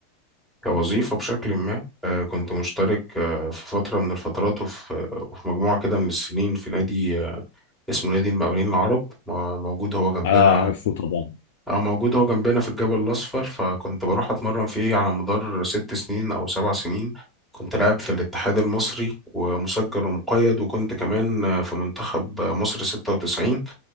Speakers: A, in the centre; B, on the left.
A: كوظيفة بشكل ما آه كنت مشترك آه في فترة من الفترات وفي آه، وفي مجموعة كده من السنين في نادي آه اسمه نادي المقاولين العرب م- موجود هو جنبنا
B: اه عارفه طبعا
A: اه موجود هو جنبنا في الجبل الأصفر فكنت بروح أتمرن فيه على مدار ست سنين أو سبع سنين كنت لاعب في الاتحاد المصري ومسجل ومقيد وكنت كمان في منتخب مصر 96